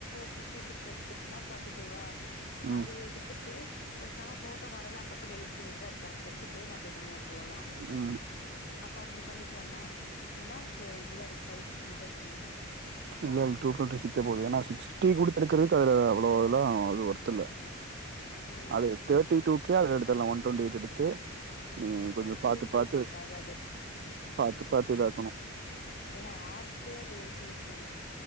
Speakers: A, on the left; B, on the right.
A: பிஃப்டி சிக்ஸ் எடுத்துனா ஃபோட்டி ஃபைவா
B: ம்
A: அது எடுத்துட்டு பேசாம ஃபோட்டோ வரத அப்ப அப்ப வரவர டெலிட் பண்ணிட்டுதான் இருப்பேன் வச்சுக்கவே மாட்டேன் அவ்ளோலாம்
B: ம்
A: அப்ப அப்படி பண்ணிக்கலாமா இல்லனா இப்ப இதுதான் இருக்கு ஃபைவ் சிக்ஸ்டின் இருக்கணுமா
B: இல்ல இது டூ பிஃப்டி சிக்ஸ் போதும் ஏன்னா சிக்ஸ்டி குடுத்து இருக்கிறதுக்கு அதுல அவ்வளவெல்லாம் அது ஒர்த் இல்ல
A: ம்
B: அது தேட்டி டூ ல எடுத்துலாம் ஒன் டுவெண்டி எய்ட் எடுத்து நீ கொஞ்சோ
A: ஒன்
B: பாத்து
A: டுவண்டி
B: பாத்து
A: எயிட் செட் ஆகாது
B: பாத்து பாத்து இதாக்கணு
A: ஏன்னா ஆப்ஸே அது ஏத்தி வக்கணும்